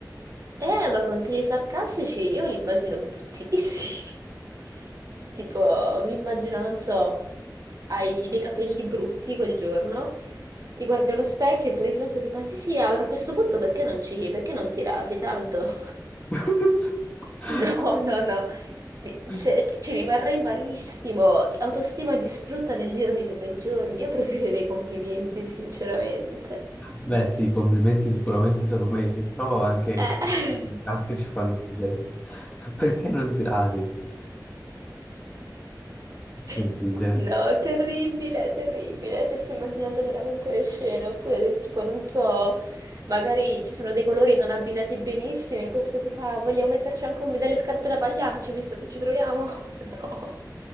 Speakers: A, on the right; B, on the left.
A: Eh, ma consigli sarcastici io li immagino bruttissimi. <laughs> Tipo, mi immagino, non so, hai dei capelli brutti quel giorno, ti guardi allo specchio e il tuo riflesso ti fa sì sì, ah, per questo punto perché non ci, perché non ti rasi tanto? <laughs>
B: <laughs>
A: No, no, no, Mi-
B: Dai.
A: cioè, ci rimarrei malissimo, autostima distrutta nel giro di tre giorni, io preferirei complimenti, sinceramente.
B: Beh, sì, i complimenti sicuramente sono meglio, però anche
A: Eh.
B: i casti ci fanno ridere. <laughs> Perché non tirati?
A: <laughs>
B: Che ridere.
A: No, terribile, terribile. Cioè, sto immaginando veramente le scene, oppure del tipo, non so, magari ci sono dei colori non abbinati benissimo e questo ti fa, vogliamo metterci anche un- delle scarpe da pagliaccio, visto che ci troviamo? <laughs> No,